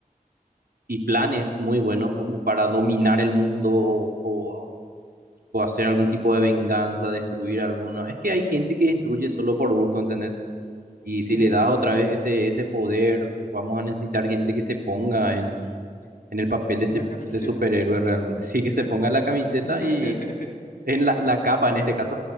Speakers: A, on the right; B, on the left.
A: y planes muy buenos como para dominar el mundo o, o- o hacer algún tipo de venganza, destruir alguno. Es que hay gente que destruye solo por gusto, ¿entendés? Y
B: Sí,
A: si le das otra vez ese, ese poder, vamos a necesitar gente que se ponga en, en el papel de
B: la
A: ese,
B: Sí. camiseta.
A: ese superhéroe realmente. <laughs> Sí, que se ponga la camiseta
B: <laughs>
A: y en la, la capa en este caso.